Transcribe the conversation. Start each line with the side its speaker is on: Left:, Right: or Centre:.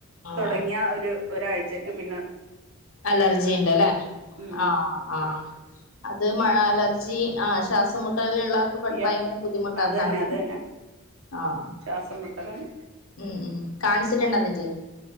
Left: ആഹ്
Right: തൊടങ്ങിയാ ഒര് ഒരാഴ്ചക്ക് പിന്നാ
Left: അലർജിണ്ട് ലെ
Right: ഉം
Left: ആഹ്. ആഹ്, അത് മഴ അലർജി ആഹ് ശ്വാസംമുട്ടല്ള്ള ക്ക് ഭ
Right: യാ
Left: ഭയങ്കര ബുദ്ധിമുട്ടാണ്
Right: അത്
Left: തണുപ്പ്
Right: തന്നെ അത് തന്നെ
Left: ആഹ്.
Right: ശ്വാസം മുട്ടലാണ്
Left: ഉം ഉം കാണിച്ച്ട്ട്ണ്ടാ ന്നിട്ട്?